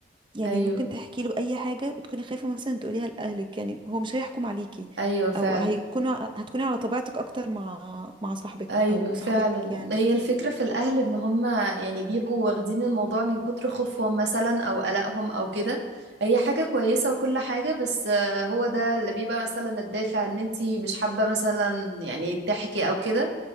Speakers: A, on the right; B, on the right.
A: يعني
B: أيوه
A: ممكن تحكي له اي حاجه وتكوني خايفه مثلا تقوليها لاهلك يعني هو مش هيحكم عليكي
B: أيوه فعلا
A: او هيكونوا هتكوني على طبيعتك اكتر مع مع صاحبك
B: ايوه
A: او
B: فعلا
A: صاحبتك يعني
B: هي الفكره في الاهل ان هم يعني بيبقوا واخدين الموضوع من كتر خوفهم مثلا او قلقهم او كده هي حاجه كويسه وكل حاجه بس آه، هو ده اللي بيبقى مثلا الدافع ان انتي مش حابه مثلا يعني تحكي او كده